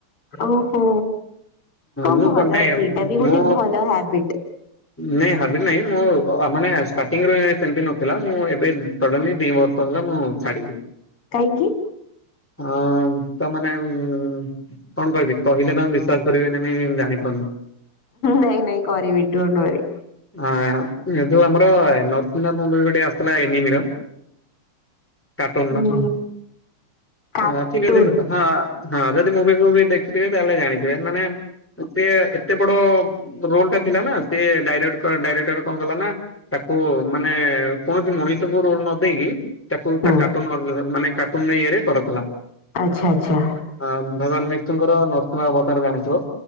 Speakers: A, on the left; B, in the centre.
A: ଓହୋ ହ
B: ମୁଁ
A: ଭଲ
B: କଣ ନାଇଁ
A: ସେଇଟା ବି ଗୋଟେ
B: ମୁଁ
A: ଭଲ ହାବିଟ
B: ନାଇଁ ହାବି ନାଇଁ ମୁଁ ମାନେ ଷ୍ଟାର୍ଟିଂରେ ସେମିତି ନଥିଲା ମୁଁ ଏବେ ସଡନଲି ଦି ବର୍ଷ ହେଲା ମୁଁ ଛାଡିଲି
A: କହିଁକିି?
B: ହଁ ତା ମାନେ ଉ କଣ କହିବି କହିଲେ ତମେ ବିଶ୍ଵାସ- କରିବେ କି ନାଇଁ ଜାଣି ପାରୁନି
A: ନାଇଁ ନାଇଁ କରିବି ଡଣ୍ଟ ଓରି
B: ହଁ ଯେହେତୁ ଆମର ନର୍ଥ ଇଣ୍ଡିଆ ମୁଭି ଗୋଟେ ଆସିଥିଲା ଏନିରମ୍ କାର୍ଟୁନ
A: ହୁଁ
B: ମା
A: କାର୍ଟୁନ
B: ଠିକ ଅଛି ହଁ <unintelligible> ହଁ ଯଦି ମୁଭି ଫୁଭି ଦେଖୁଥିବେ ତାହେଲେ ଜାଣିଥିବେ ମାନେ ସେ ଏତେ ବଡ ରୋଲ ଟା ଥିଲା ନା ସେ ଡାଇରେକ୍ଟ ଡାଇରେକ୍ଟର କଣ କଲା ନା ତାକୁ ମାନେ କୌଣସି ମଣିଷକୁ ରୋଲ ନ ଦେଇକି ତାକୁ
A: ହଁ
B: ତା କାର୍ଟୁନ ମାନେ କାର୍ଟୁନ ଇଏ ରେ କରୁଥିଲା
A: ଆଚ୍ଛା ଆଚ୍ଛା
B: ଅ ଭଗବାନ ବିଷ୍ଣୁଙ୍କର ନୃସିଂହ ଅବତାର ଜାଣିଥିବ